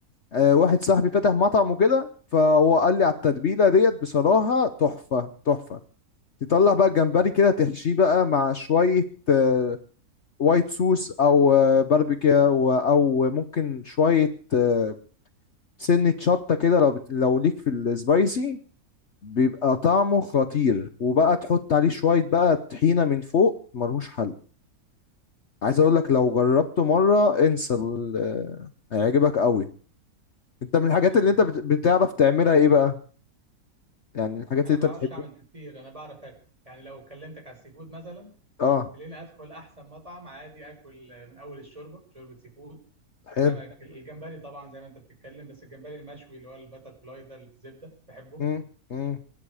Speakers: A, on the left; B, on the right.
A: آه واحد صاحبي فتح مطعم وكده فهو قال لي على التتبيله ديت بصراحه تحفه تحفه تطلع بقى الجمبري كده تحشيه بقى مع شويه آه، وايت صوص او آه، باربيكا و- او ممكن شويه آه، سنه شطه كده لو بت... لو ليك في السبايسي بيبقى طعمه خطير وبقى تحط عليه شويه بقى طحينه من فوق ملهوش حل عايز اقول لك لو جربته مره انسى ال- آه، هيعجبك قوي انت من الحاجات
B: حلو
A: اللي انت
B: ده
A: بت... بتعرف تعملها ايه بقى يعني الحاجات
B: انا
A: اللي انت
B: ما بعرفش
A: بتحبها
B: اعمل كتير انا بعرف اكل يعني لو كلمتك على السي فود مثلا
A: اه
B: تلاقيني ادخل احسن مطعم عادي اكل آه، من اول الشوربه شوربه سي فود
A: حلو
B: سمك الجمبري طبعا زي ما انت بتتكلم بس الجمبري المشوي اللي هو البتر فلاي ده اللي بالزبده بحبه
A: امم امم